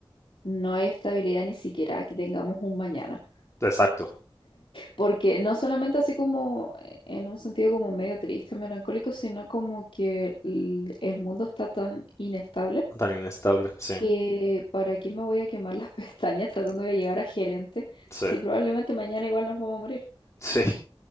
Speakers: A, on the left; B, on the left.
A: no hay estabilidad ni siquiera que tengamos un mañana.
B: Exacto,
A: Porque no solamente así como eh, en un sentido como medio triste, melancólico, sino como que el, el mundo está tan inestable
B: tan inestable, sí.
A: que para qué me voy a quemar las <laughs> pestañas tratando de llegar a gerente
B: Sí,
A: si probablemente mañana igual nos vamos a morir.
B: sí.